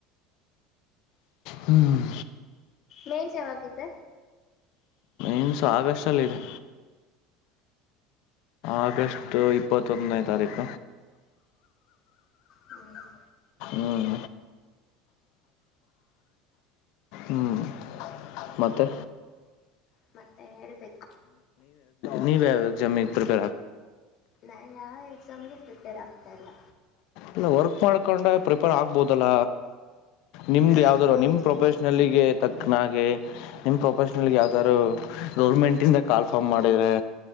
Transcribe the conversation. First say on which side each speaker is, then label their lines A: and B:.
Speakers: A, on the left; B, on the left.
A: ಹ್ಮ್.
B: ಮೇನ್ಸ್ ಯಾವಾಗಿದ್ದ.
A: ಇನ್ಸ ಆಗಸ್ ಅಲ್ಲಿ ಇದೆ.
B: ಹ್ಞೂ
A: ಆಗಸ್ಟ್ ಇಪ್ಪತ್ತೊಂದೈ. ತಾರಕ.
B: ಬ ನ ನ.
A: ಹ್ಮಞ ಹ್ಞ ಮತ್ತೆ.
B: ಮತ್ತೆ ಹೇಳ್ಬೇಕು.
A: ನೀ ಬ ಎಾಮಿ ಪ್ರಪ.
B: ನಾ ಯಾವ ಎಕ್ಸಾಮ್ಗೆ ಪ್ರಿಪೇರ್ ಆಗ್ತಾ ಇಲ್ಲ.
A: ಇಲ್ಲ ವರ್ಕ್ ಮಾಡ್ಕೊಂಡ ಪ್ರಿಪೇರ್ ಆಗ್ಬೋದಲ್ಲ. ನಿಮ್ದು
B: ಆಗ್ಬೋದು
A: ಯಾವ್ದಾರೂ ನಿಮ್ ಪ್ರೊಫೆಷನಲ್ಗೆ ತಕ್ನಾಗೆ. ನಿಮ್ ಪ್ರೊಫೆಷನಲ್ ಯಾವ್ದಾರು ಗೌರ್ಮೆಂಟ್ಂದ ಕಾಲ್ ಫಾರ್ಮ್ ಮಾಡಿದ್ರೆ.